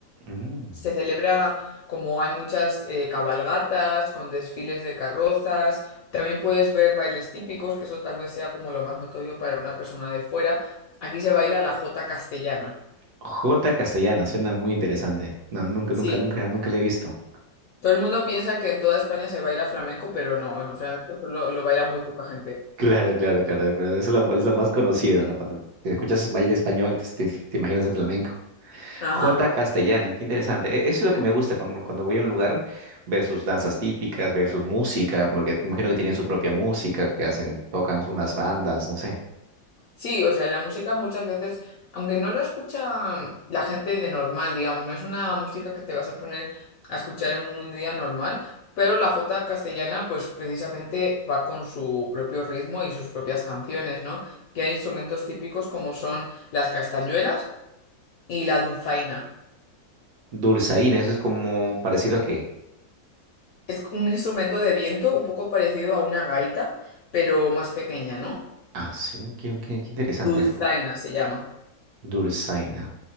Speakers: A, on the right; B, on the left.
A: Mm.
B: Se celebra como hay muchas eh, cabalgatas con desfiles de carrozas. También puedes ver bailes típicos, que eso tal vez sea como lo más notorio para una persona de fuera. Aquí se baila la jota castellana.
A: Jota castellana, suena muy interesante. No, nunca,
B: Sí,
A: nunca, nunca, nunca la he visto.
B: todo el mundo piensa que en toda España se baila flamenco, pero no, el flamenco solo lo baila muy poca gente.
A: Claro, claro, claro, pero eso es lo, es lo más conocido, ¿no? Cuando escuchas baile español, te, te imaginas el flamenco.
B: Ajá.
A: Jota castellana, qué interesante. E- Eso es lo que me gusta cuando, cuando voy a un lugar, ver sus danzas típicas, ver sus música, porque te imagino que tienen su propia música, que hacen, tocan unas bandas, no sé.
B: Sí, o sea, la música muchas veces, aunque no lo escucha la gente de normal, digamos, no es una música que te vas a poner a escuchar en un, un día normal, pero la jota castellana, pues precisamente va con su propio ritmo y sus propias canciones, ¿no? Que hay instrumentos típicos como son las castañuelas y la dulzaina.
A: Dulzaina, eso es como parecido a que.
B: Es un instrumento de viento un poco parecido a una gaita, pero más pequeña, ¿no?
A: Ah, sí, qué, qué- qué interesante.
B: Dulzaina se llama.
A: Dulzaina.